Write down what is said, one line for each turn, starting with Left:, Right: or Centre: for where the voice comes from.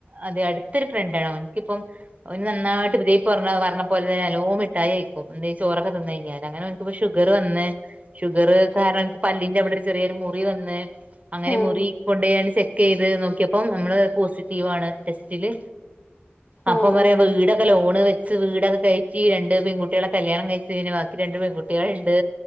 Right: അതെ അടുത്തൊരു ഫ്രണ്ട് ആണ് അവനിക്കിപ്പം ഒരു നന്നായിട്ട് ഇത പറഞ്ഞ പോലെ തന്നെ നല്ലോം മിട്ടായി കഴിക്കും എന്ത ചോറൊക്കെ തിന്ന കഴഞ്ഞാല് അങ്ങനെ ഇപ്പ ഷുഗർ വന്ന് ഷുഗർ കാരണം പല്ലിന്റെ അവിടെ ഒരു ചെറിയൊരു മുറി വന്ന്ു അങ്ങനെ
Left: ആഹ് ആഹ്
Right: മുറി കൊണ്ടായാണ്ട് ചെക്ക് ചെയത് നോക്കിയപ്പോ നമ്മള് പോസിറ്റീവ്ണ് ടെസ്റ്റില് അപ്പം
Left: ആഹ് ആഹ്
Right: പറയാ വീടൊക്കെ ലോണ് വെ വീടൊക്കെ കയറ്റി രണ്ട് പെൺകുട്ടികളെ കല്യാണം കഴിച്ച ഇഞ് ബാക്കി രണ്ട് പെൺകുട്ടികള ഉണ്ട്